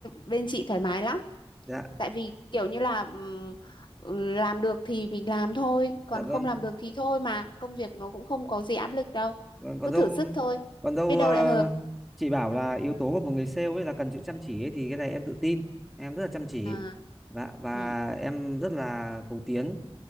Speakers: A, on the left; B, in the centre.
A: bên chị thoải mái lắm.
B: Dạ,
A: Tại vì kiểu như là ừm, ừ, làm được thì mình làm thôi, còn
B: dạ vâng.
A: không làm được thì thôi mà. Công việc nó cũng không có gì áp lực đâu.
B: Vâng, còn
A: Cứ
B: đâu
A: thử sức thôi,
B: Còn đâu
A: biết đâu
B: ờ,
A: lại hợp.
B: chị bảo là yếu tố của một người sale ấy là cần sự chăm chỉ ấy, thì cái này em tự tin. Em rất là chăm chỉ
A: À,
B: và và
A: ừ,
B: em rất là cầu tiến,